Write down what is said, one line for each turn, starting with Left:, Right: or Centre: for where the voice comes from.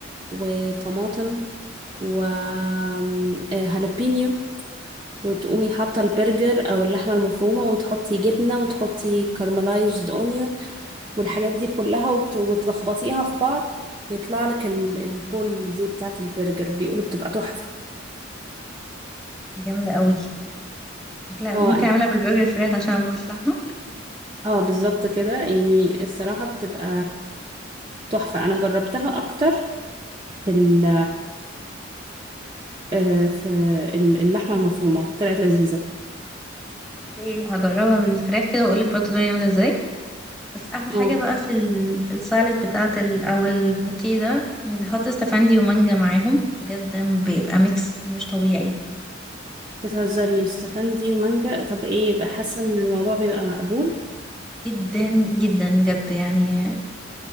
Right: وطماطم وهالبينيو وتقومي حاطة البرجر أو اللحمة المفرومة وتحطي جبنة وتحطي كارملايزد أونيون والحاجات دي كلها وت- وتلخبطيها في بعض يطلع لك ال- البول دي بتاعة البرجر بيقولوا بتبقى تحفة
Centre: دي جامدة قوي شكلها
Right: اه
Centre: ممكن
Right: أنا-
Centre: اعملها بالبرجر فراخ عشان انا باكلش لحمة
Right: اه بالظبط كده يعني الصراحة بتبقى تحفة أنا جربتها أكتر في ال آه، في ال- اللحمة المفرومة طلعت لذيذة
Centre: ايه لا، هجربها بالفراخ كده واقول لك برضه الدنيا عاملة ازاي بس احلى حاجة
Right: اه
Centre: بقى في ال... في السالاد بتاعت ال... او البوكيه ده بيحط استفندي ومانجا معاهم بجد بيبقى ميكس مش طبيعي
Right: بتهزري استفندي ومانجا طب ايه بقى حاسة ان الموضوع بيبقى مقبول
Centre: جدا جدا بجد يعني